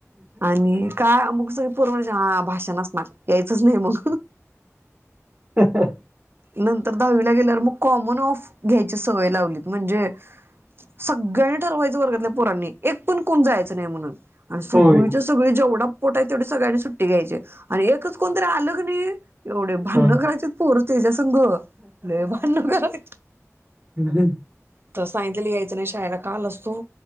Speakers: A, on the right; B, on the right.
A: आणि काय मग सर पूर्वजा भाषान असणार यायचं नाही मग
B: ह ह
A: नंतर दहावीला गेल्यावर मग कॉमन ऑफ घ्यायची सवय लावली म्हणजे सगळ्यांनी ठरवायचं वर्गातल्या पोरांनी एक पण कोण जायचं नाही म्हणून आणि सगळीच
B: होय
A: सगळे जेवढा पोटाय तेवढी सगळ्यांनी सुट्टी घ्यायची आणि एकच कोणतरी आलंग नाही एवढे भांण
B: हां.
A: करायचे पोरतेच्या संघ भांण कराय
B: हम् हम्
A: तर सांगित लि यायचं नाही शायला काल असतो